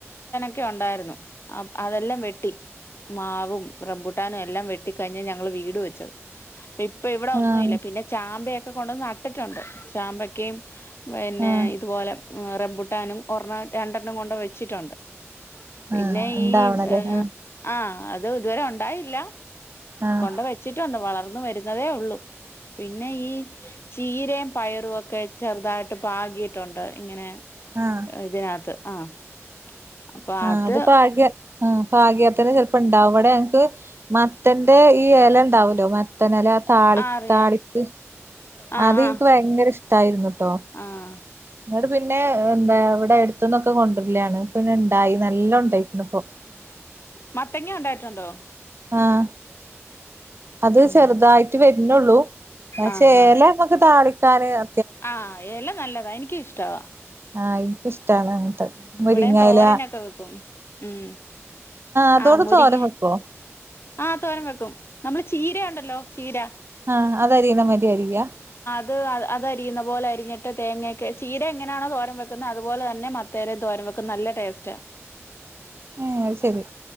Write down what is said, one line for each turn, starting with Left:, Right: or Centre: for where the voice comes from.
Left: ക്കെ ഒണ്ടായിരുന്നു അപ്പ അതെല്ലാം വെട്ടി മാവും റെംബൂട്ടാനെല്ലാം വെട്ടി കയിഞ്ഞ് ഞങ്ങള് വീട് വെച്ചത് ഇപ്പൊ ഇവിടെ ഒന്നുംല്ല്യ
Right: ആഹ്
Left: പിന്നെ ചാമ്പയൊക്കെ കൊണ്ടന്ന് നട്ടിട്ടുണ്ട് ചാമ്പക്കയും പിന്നെ
Right: ആഹ്
Left: ഇതുപോലെ ആ റെംബുട്ടാനും ഒരെണ്ണം രണ്ടെണ്ണം കൊണ്ട് വെച്ചിട്ടൊണ്ട് പിന്നെ
Right: ആഹ് ഇണ്ടാവണല്ലേ
Left: ഈ ഏ
Right: ആഹ്
Left: ആ അത് ഇതുവരെ ഒണ്ടായില്ല
Right: ആഹ്
Left: കൊണ്ട് വെച്ചിട്ടുണ്ട് വളർന്ന് വരു അതേ ഉള്ളു പിന്നെ ഈ ചീരയും പയറും ഒക്കെ ചെറുതായിട്ട് പാകിയിട്ടുണ്ട് ഇങ്ങനേ
Right: ആഹ്
Left: ഇതിനകത്ത് ആഹ് അപ്പൊ
Right: ആഹ്
Left: അത്
Right: അതപ്പൊ ആകെ ആഹ് പാഗ്യത്തിന് ചി പണ്ടാവ അവിടെങ്ങക്ക്. മത്തന്റെ ഈ എലയിണ്ടാവുലൊ മത്തനെല താളി
Left: ആ അറിയാ
Right: താളിപ്പ്
Left: ആഹ്
Right: അത്
Left: ആഹ്
Right: എന്ക്ക് ഭയങ്കര ഇഷ് തായിരുന്നു ട്ടോ
Left: ആഹ്
Right: ന്ന്ട് പിന്നേ എന്താ ഇവിടെ അടുത്തന്നൊക്കെ കൊണ്ടരലണ്. പിന്നെ ഇണ്ടായി. നല്ലൊം ഇണ്ടായ്ക്കീണുപ്പൊ
Left: മത്തങ്ങാ ഉണ്ടായിട്ടുണ്ടോ
Right: ആഹ് അത്
Left: ഉം
Right: ചെറുതായിട്ട് വര്നൊള്ളു
Left: ആഹ്
Right: ചേല
Left: ആഹ്
Right: ഒകെ താളി കരയൊ
Left: ആഹ് എല നല്ലത എനിക്കിഷ്ടവാ.
Right: ആഹ് എനിക്കിഷ്ടാണ് അങ്ങനത്തെ മുരിങ്ങയില
Left: ഇവിടെയും തോരനൊക്കെ വെക്കും ഉം
Right: അതോട്
Left: ആഹ് മുരിങ്ങ
Right: തോരൻ വെക്കോ
Left: ആഹ് തോരം വെക്കും നമ്മള് ചീര ഉണ്ടല്ലൊ ചീര
Right: ആഹ് അതരിയ്ന്ന മരി അരിയ
Left: ത് അത് അരിയുന്ന പോലെ അരിഞ്ഞിട്ട് തേങ്ങക്കെ. ചീര എങ്ങനാണോ തോരം വെക്ക്ന്നെ അതുപോലെ തന്നെ മത്തേര തോരം വെക്കു നല്ല ടേസ്റ്റ
Right: ആഹ് അത് ശരി